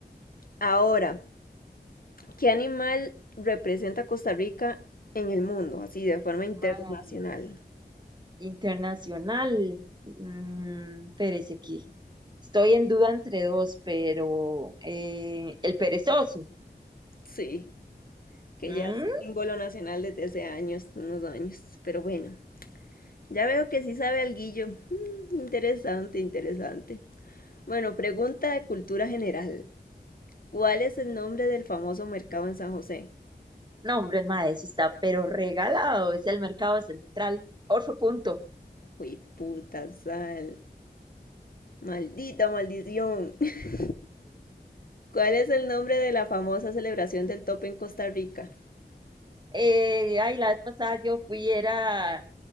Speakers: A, on the left; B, on the right.
A: Ahora, ¿Qué animal representa a Costa Rica en el mundo, así de forma internacional?
B: Mae, Internacional. Mm, Pérez aquí. Estoy en duda entre dos, pero eh, el perezoso.
A: Sí, que
B: Mm,
A: ya es símbolo nacional desde hace años, unos años, pero bueno, ya veo que sí sabe alguillo. Mm, interesante, interesante. Bueno, pregunta de cultura general. ¿Cuál es el nombre del famoso mercado en San José?
B: No, hombre, mae, eso está, pero regalado. Es el mercado central. Otro punto.
A: Uy, puta sal. Maldita maldición. <laughs> ¿Cuál es el nombre de la famosa celebración del tope en Costa Rica?
B: Eh, ay, la vez pasada yo fui, era